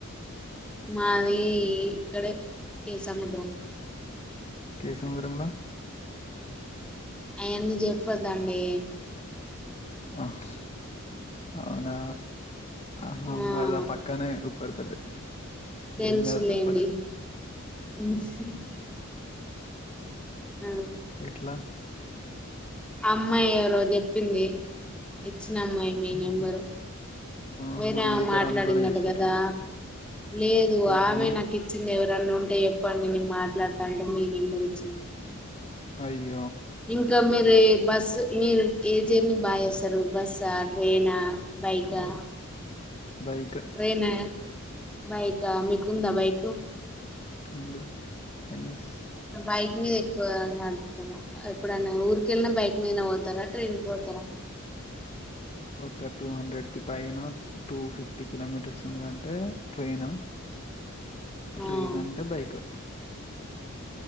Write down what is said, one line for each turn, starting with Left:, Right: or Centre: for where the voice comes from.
Centre: మాది ఇక్కడ ఏముద్ర
Left: కే సముదరంలా
Centre: అయవన్నీ చెప్పద అండి
Left: అవును. అవునా ఆ
Centre: ఆ
Left: మద పక్కనే ఉప్పర్పల్లి
Centre: తెలుసులేండి
Left: బేంగా చెప్పచ్చ
Centre: <inaudible> అ
Left: ఎట్లా?
Centre: ఆ అమ్మాయి ఎవరో చెప్పింది ఇచ్చిన అమ్మాయి మీ
Left: హుహు.
Centre: నెంబరు
Left: ఆహా!
Centre: వేరే
Left: మీ ఇద్దరు
Centre: మాట్లాడినడు
Left: అనుకోని ఏసిర్రా?
Centre: కదా లేదు
Left: ఆహా!
Centre: ఆమె
Left: నేను
Centre: నాకు ఇచ్చింది ఎవరు ఇన్న ఉంటే ఎప్పండి నేను మాట్లాడతా అంటే మీెబది ఇచ్చింది
Left: అయి
Centre: ఇంకా మీర బస్ మీరు ఏజేర్ని బాగా చేస్తారు బస్సా ట్రైనా బైకా
Left: ట్రే బైక్
Centre: ట్రైనా బైకా మీకు ఉందా బైక్
Left: ఎంబీ ఎంఎస్
Centre: బైక్ మీద ఎక్కువ నడుపుతర ఎప్పుడన్నా ఊరికి వెళ్ళినా బైక్ మీద పోతారా ట్రైన్ పోతా తర
Left: ఒక టూ హండ్రెడ్కి పైన టూ ఫిఫ్టీ కిలోమీటర్స్ ఉన్నదంటే ట్రైన్ లేదంటే
Centre: ఆ
Left: బైక్